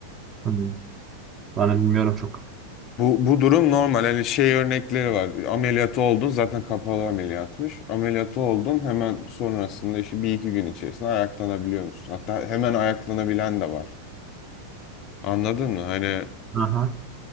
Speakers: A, on the right; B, on the left.
A: Hı. Ben de bilmiyorum çok.
B: Bu, bu durum normal. Hani şey örnekleri var. Ameliyatı oldun zaten kapalı ameliyatmış. Ameliyatı oldun hemen sonrasında işte bir iki gün içerisinde ayaklanabiliyor musun? Hatta hemen ayaklanabilen de var. Anladın mı? Hani
A: Aha.